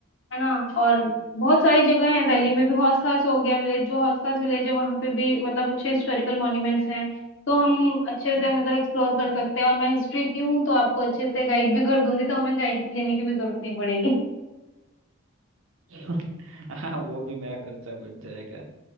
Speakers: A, on the left; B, on the right.
A: है ना और बहुत सारी जगह है दिल्ली में भी हौस खास हो गया विलेज जो हौस खास विलेज है वहाँ पे भी मतलब अच्छे हिस्टोरिकल मॉन्यूमेंट्स हैं तो हम अच्छे से मतलब एक्सप्लोर कर सकते हैं और मैं हिस्ट्री की हूँ तो आपको अच्छे से गाइड भी कर दूंगी तो हमें गाइड लेने की भी जरूरत नहीं पड़ेगी
B: <laughs> हाँ वो भी मेरा खर्चा बच जाएगा